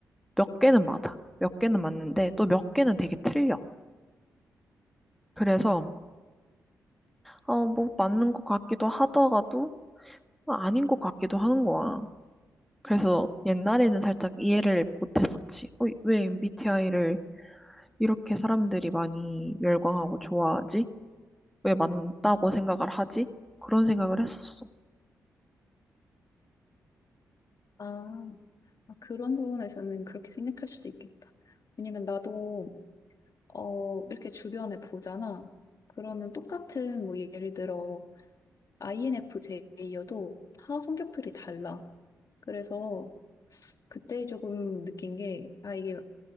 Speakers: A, in the centre; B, on the left (about 50°).
A: 몇 개는 맞아. 몇 개는 맞는데 또 몇 개는 되게 틀려. 그래서 어 뭐 맞는 것 같기도 하다가도 아닌 것 같기도 하는 거야. 그래서 옛날에는 살짝 이해를 못했었지. 어, 왜 MBTI를 이렇게 사람들이 많이 열광하고 좋아하지? 왜 많다고 생각을 하지? 그런 생각을 했었어.
B: 아, 아, 그런 부분에서는 그렇게 생각할 수도 있겠다. 왜냐면 나도 어, 이렇게 주변에 보잖아. 그러면 똑같은, 뭐, 예를 들어, INFJ여도 다 성격들이 달라. 그래서 그때 조금 느낀 게, 아, 이게